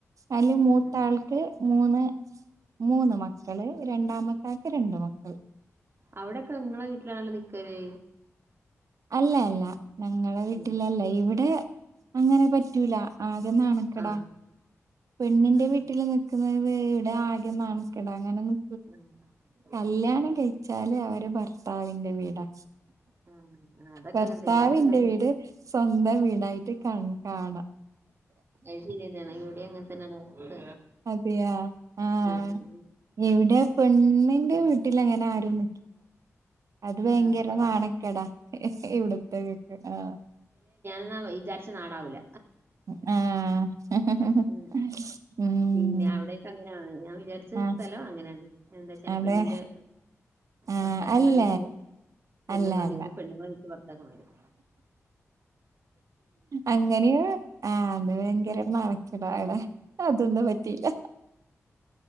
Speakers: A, on the right; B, on the right.
A: അതില്
B: ഉം
A: മൂത്താൾക്ക്
B: ഉം
A: മൂന്ന്- മൂന്ന് മക്കള് രണ്ടാമത്താക്ക് രണ്ട് മക്കൾ
B: അവിടെക്കെ നിങ്ങളെ വീട്ടിലാണല്ലോ നിക്കല്
A: അല്ല അല്ല ഞങ്ങളെ വീട്ടിലല്ല
B: ആഹ്
A: ഇവിടെ- അങ്ങനെ പറ്റൂല ആകെ നാണക്കടാ
B: ആഹ്
A: പെണ്ണിന്റെ വീട്ടിൽ
B: ആഹ്
A: നിക്കുന്നത് ഇവിടെ ആകെ നാണക്കേടാ അങ്ങനെ ഒന്നും -
B: <inaudible>
A: കല്യാണം കഴിച്ചാല് അവര് ഭർത്താവിന്റെ വീടാ
B: ആഹ് അതൊക്കെ
A: ഭർത്താവിന്റെ
B: അങ്ങനത്തെ ഇവിടൊക്കെ അങ്ങനെ തന്നെ
A: വീട് സ്വന്തം വീടായിട്ട് കാണാ-
B: ഇവിടേം അങ്ങനെ തന്നെയാണ് അവസ്ഥ
A: അതെയാ ആഹ്
B: ഉം ഉം
A: ഇവിടെ പെണ്ണിന്റെ
B: ഉം
A: വീട്ടിലങ്ങനെ ആരും- അത് ഭയങ്കര
B: ആഹ് ആഹ്
A: നാണക്കെടാ ഇവിടത്തേക്കൊക്കെ ആഹ്
B: എന്നാ വിചാരിച്ച നാടാവൂല്ല
A: ആഹ്
B: ഉം
A: ഉം
B: പിന്നെ അവിടക്ക അങ്ങനെയാണ് ഞാൻ വിചാരിച്ച
A: ആഹ്
B: സ്ഥലം അങ്ങനെയാണ് എന്താച്ചാല്
A: അതെ
B: പെണ്ണിന്റെ
A: ആഹ്
B: ഭർത്താക്കന്മാരെ
A: അല്ല
B: വീട്ടില്- പെണ്ണുങ്ങൾ
A: അല്ല അല്ല
B: നിക്കും പെണ്ണുങ്ങള് നിക്കും ഭർത്താക്കന്മാരും
A: അങ്ങനെയ ആ അത് ഭയങ്കര നാണ-
B: ഉം.
A: അതൊന്നും പറ്റിയില്ല